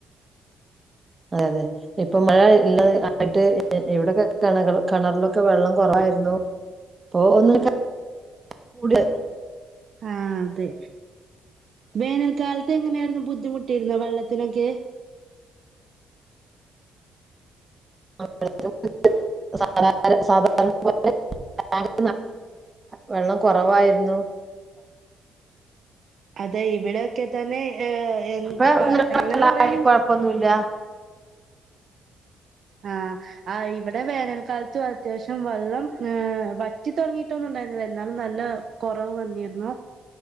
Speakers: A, on the right; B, on the right.
A: അതെ അതെ ഇപ്പം മഴ ഇള്ളത് <inaudible> എവിടെക്ക <unintelligible> കെണറിലൊക്കെ വെള്ളം കൊറവായിരുന്നു. ഇപ്പൊ ഒന്നിലൊക്കെ കൂടിയെ
B: ആഹ് അതെ വേനൽകാലത്ത് എങ്ങനായിരുന്നു ബുദ്ധിമുട്ടിയിരുന്നോ, വെള്ളത്തിനൊക്കെ?
A: <inaudible> വെള്ളം കൊറവായിരുന്നു <inaudible>
B: അതെ ഇവിടെയൊക്കെത്തന്നെ ഏഹ് എൻ
A: ഇപ്പ
B: പ
A: വെള്ളായി
B: അങ്ങനെ പറയാണെങ്കി
A: കൊഴപ്പൊന്നുല്ല
B: ആ ആ ഇവിടെ വേനൽ കാലത്ത് അത്യാവിശ്യം വെള്ളം വറ്റിതൊടങ്ങിട്ടൊന്നും ഒണ്ടായിരുന്നില്ല എന്നാലും നല്ല കൊറവ് വന്നിരുന്നു